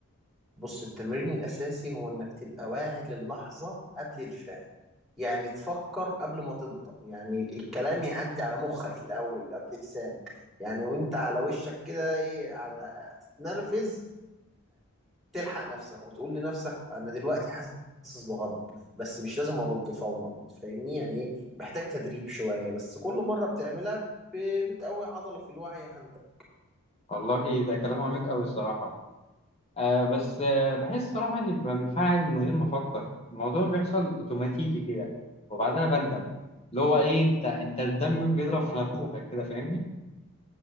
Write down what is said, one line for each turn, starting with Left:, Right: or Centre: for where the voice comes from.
Centre: بص التمرين الأساسي هو إنك تبقى واعي للحظة قبل الفعل يعني تفكر قبل ما تنطق يعني الكلام يعدي على مخك الأول قبل لسانك يعني وأنت على وشك كده إيه على تتنرفز تلحق نفسك وتقول لنفسك أنا دلوقتي حاسس بغضب بس مش لازم أرد فورا فاهمني يعني إيه محتاج تدريب شوية بس كل مرة بتعملها ب- بتقوي عضلة في الوعي عندك
Left: والله ده كلام عميق قوي الصراحه آه بس آه بحس صراحة إني بنفعل من غير ما أفكر الموضوع بيحصل أوتوماتيكي كده وبعدها بندم اللي هو إيه أنت أنت الدم بيضرب في نافوخك كده فاهمني